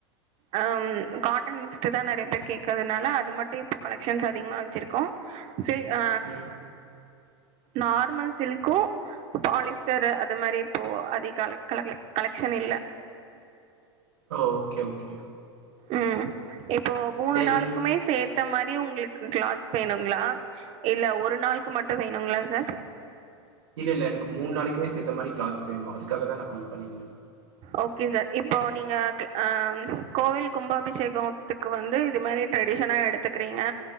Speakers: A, on the right; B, on the right.
A: அம் காட்டன் மிக்ஸ்ட்டுதா நெறைய பேர் கேக்கற்துனால அது மட்டு இப்போ கலெக்ஷன்ஸ் அதிகுமா வச்சசிருக்கோ செரி ஆ
B: ம்
A: நார்மல் சில்க்கூ பாலிஸ்டரு அத மாரி இப்போ அதி கலத் கலர்ல கலெக்ஷன் இல்ல
B: ஓ ஓகே ஓகே
A: ம் இப்போ மூணு
B: தென்
A: நாளுக்குமே சே த்த மாரி உங்ளுக்கு கிளாத்ஸ் வேணுங்ளா இல்ல ஒரு நாள்க்கு மட்டு வேணுங்ளா சார்
B: இல்ல இல்ல எனக்கு மூணு நாளைக்குமே சேத்த மாரி கிளாத்ஸ் வேணு அதுக்காகதா நா கால் பண்ணிர்ந்த
A: ஓகே சார் இப்போ நீங்க க் அம் கோவில் கும்பாபிஷேகோ த்துக்கு வந்து இது மாரி டிரெடிஷனா எடுத்துக்குறீங்க